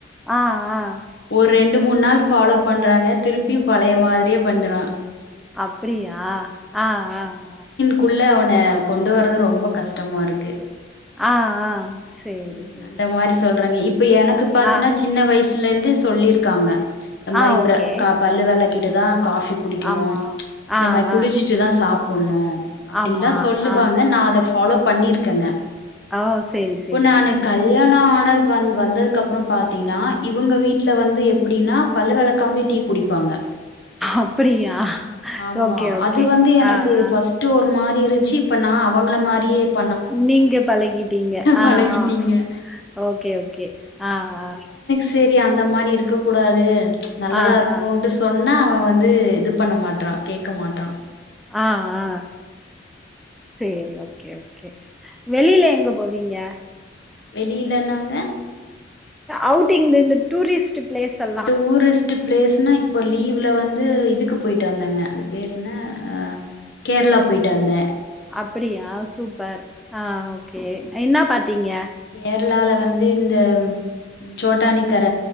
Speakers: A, in the centre; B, on the left.
A: ஆ ஆ
B: ஒரு ரெண்டு மூன் நாள் ஃபாலோப் பண்றாங்க திருப்பியு பழைய மாதிரியே பண்றா
A: அப்டியா ஆ ஆ அ
B: குள்ள அவன கொண்டு வரது ரொம்ப கஷ்டமாருக்கு
A: ஆ ஆ சேரி
B: ம்
A: சேரி
B: அந்த மாரி சொல்றங்க இப்ப எனக்கு பாத்தீனா
A: ஆ
B: ச் சின்ன வய்சுலேந்து சொல்லிருக்காங்க இந்த மாரி
A: ஆ ஓகே
B: ப்ர க பல்லு வெலக்கிட்டுதா காஃபி குடிக்கணு
A: ஆமா
B: இந்த
A: ஆ
B: மா குளிச்ட்டுதா
A: ஆ
B: சாப்புன்ணு அப்டிலா
A: ஆமா
B: சொல்லுவாங்க
A: ஆ
B: நா அத ஃபாலோ பண்ணியிருக்கன்ன
A: ஆ சேரி ஸ்
B: இப்ப நானு கல்யாண ஆனது வந் வந்ததுக்கப்பறொ பாத்தீங்னா இவுங்க வீட்ல வந்து எப்டின்னா பல்லு வெலக்காம்லே டீ குடிப்பாங்க
A: அப்டியா
B: ஆமா
A: ஓகே ஓகே
B: அது வந்து எனக்கு
A: ஆ ஆ
B: ஃபஸ் ட்டு ஒரு மாரி இருந்ச்சு இப்போ நா அவங்கள மாரியேப்
A: நீங்க பழகிட்டீங்க ஆ
B: பழகிட்டீங்க
A: ஆ ஓகே ஓகே ஆ ஆ
B: செரி அந்த மாரி இருக்கக்கூடாது நல்லதா
A: ஆ
B: இருக்குணுன்டு
A: ஆ
B: சொ சொன்னா அவ வந்து இது பண்ண மாட்றா கேக்க மாட்றா
A: ஆ ஆ சேரி ஓகே ஓகே வெளீல எங்க போவிங்க
B: வெளீலலாங்க
A: அவுட்டிங் இந்தந்த டூரிஸ்ட்டு பிளேஸ்ஸெல்லா
B: டூரிஸ்ட்டுப் பிளேஸ்னா இப்போ லீவ்ல வந்து இதுக்கு போயிட்டு வந்தங்க அது பேரென அ கேரளா போய்ட்டு வந்த
A: அப்டியா சூப்பர் ஆ ஓகே என்ன பாத்தீங்க
B: கேரளாவுல வந்து இந்த சோட்டானிக்கர